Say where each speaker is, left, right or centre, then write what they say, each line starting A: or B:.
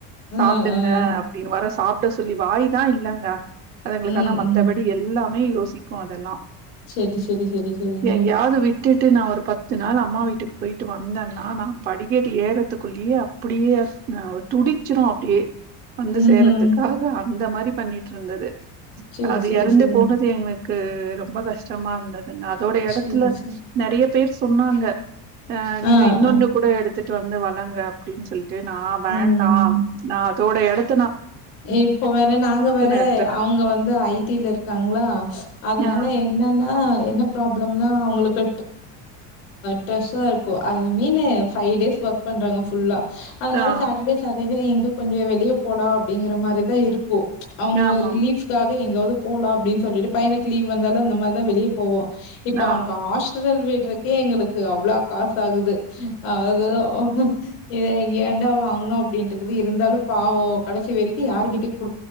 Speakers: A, on the left (about 85°); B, on the right (about 25°).
A: ம், ம்.
B: சாப்பிடுங்க அப்படின்னு வர சாப்டா சொல்லி வாய தா இல்லங்க அதுங்களுக்கான
A: ம்,
B: மத்தபடி
A: ம்.
B: எல்லாம் மெய் யோசிக்கும் அதெல்லா
A: செரி செரி செரி செரிங்க
B: எங்கயாவது விட்டுட்டு நா ஒரு பத்து நாள் அம்மா வீட்டுக்கு போயிட் ட்டு வந்தேன்னா நா படிக்கட்டு ஏறதுக்குள்ளேயே அப்படியேஹ் துடிச்சிரும் அப்படியே வந்து
A: ம்ஹூம்
B: சேறதுக்காக அந்த மாரி பண்ணிட்று இருந்தது
A: செரி
B: அது
A: செரி
B: இறந்து
A: செரி
B: போனது எனக்கு ரொம்ப கஷ் சுமா இருந்த அதோட இடத்துல
A: செரி செரி
B: நிறைய பேர் சொன்னாங்க ஆஹ் நீங்க
A: ஆ
B: இன்னொன்ன
A: ஆ
B: கூட எ த்துட்டு வந்து வளங்க அப்படின்னு சொல்லிட்டு நா வேண்டாம்
A: ம்
B: நா அதோட இடத்
A: இப்போ வேற நாங்க வேற
B: எடுத்தேனே
A: அவங்க வந்து ஐ டில இருக்காங்க ங்களா அதனால
B: ஆ
A: என்னன்னா என்ன ப்ரா பிராப்ளம் நா அவங்களுக்கு ட்ரசா இருக்கு ஐ மீனு ஃபைவ் டேஸ் வர் பண்றாங்க ஃபுல்லா அதுனால
B: ஆ
A: சாட்டர்டே சன்டே இங்கு கொஞ்ச வெளிய போலா அப்டிங்கற மாரிதா இருக்கும் அவங்க
B: ஆமாம்
A: ரிலீஃப்காக எங்காவது போலாம் அப்டின்னு சொல்லிட்டு பையனுக்கு லீவ் வந்தாலு அந்த மாரி தா வெளிய போவோ இப்ப
B: ஆ
A: அவனுக்கு ஆசதல் க்கே எங்களுக்கு அவ்ளா காசு ஆகுது அது இத ஏன்டா வாங்குனோ அப்படின்ட்டு இருக்குது இருந்தாலு பாவோ கடைசி வரைக்கு யார்கிட்ட